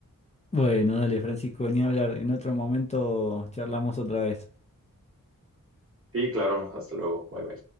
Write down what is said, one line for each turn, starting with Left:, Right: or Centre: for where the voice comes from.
Left: Bueno, dale, Francisco, ni hablar. En otro momento charlamos otra vez.
Right: Sí, claro, hasta luego, bye bye.